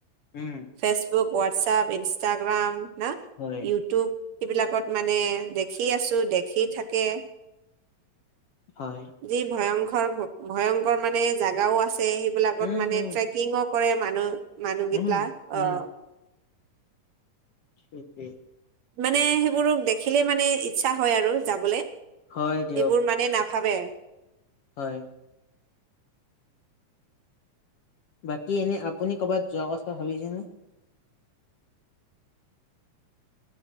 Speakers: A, on the left; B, on the right.
A: উম।
B: ফেচবুক, হোৱাটছএপ, ইনষ্টাগ্ৰাম না
A: হয়
B: ইউটিউব সেইবিলাকত মানে দেখি আছো, দেখি থাকে
A: হয়।
B: যি ভয়ংকৰ, ভয়ংকৰ মানে জোগাও আছে সেইবিলাকত
A: উম
B: মানে
A: উম
B: ট্ৰেক ট্ৰেকিংও কৰে মানুহ, মানুহবিলাগ,
A: উম, উম,
B: অ'।
A: <inaudible>
B: মানে সেইবোৰক দেখিলে মানে ইচ্ছা হয় আৰু যাবলে।
A: হয় দিয়ক
B: এইবোৰ মানে নাভাবে।
A: হয়। বাকী এনে আপুনি ক'বাত যোৱা কথা ভাবিছেনে?